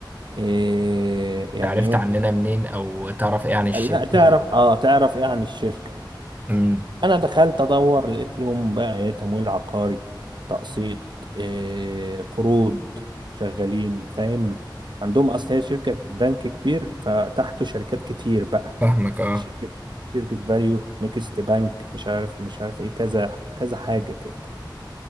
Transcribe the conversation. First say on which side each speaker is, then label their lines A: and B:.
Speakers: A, on the right; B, on the right.
A: إيه يعني
B: ده عرفت
A: ايه
B: عننا منين او تعرف ايه عن الشركه
A: لا تعرف اه تعرف ايه عن الشركة
B: امم
A: انا دخلت ادور لقيت لهم بقى ايه تمويل عقاري تقسيط إيه قروض شغالين فاهم عندهم اصل هي شركة بنك كبير فتحته شركات كتير بقى
B: فاهمك اه
A: شركة شركة فاليو نيكست بنك مش عارف مش عارف ايه كذا كذا حاجة كده